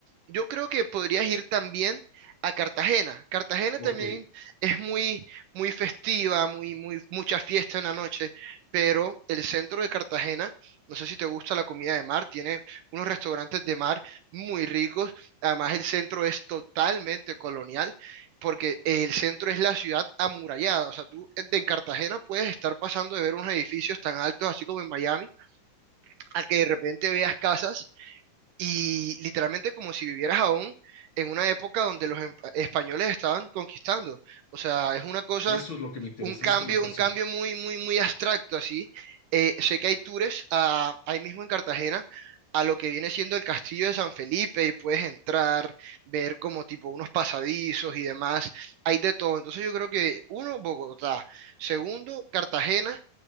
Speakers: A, on the right; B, on the left.
A: yo creo que podrías ir también a Cartagena. Cartagena
B: ok.
A: también es muy muy festiva, muy, muy, mucha fiesta en la noche, pero el centro de Cartagena, no sé si te gusta la comida de mar, tiene unos restaurantes de mar muy ricos, además el centro es totalmente colonial, porque el centro es la ciudad amurallada, o sea, tú en en Cartagena puedes estar pasando de ver unos edificios tan altos, así como en Miami, a que de repente veas casas y literalmente como si vivieras aún en una época donde los em- españoles estaban conquistando, o sea, es una cosa
B: Eso es lo que me interesa,
A: un cambio,
B: eso me fascina.
A: un cambio muy, muy, muy abstracto así. Eh, sé que hay tours a- ahí mismo en Cartagena a lo que viene siendo el Castillo de San Felipe y puedes entrar, ver como tipo unos pasadizos y demás. Hay de todo. Entonces yo creo que uno, Bogotá. Segundo, Cartagena.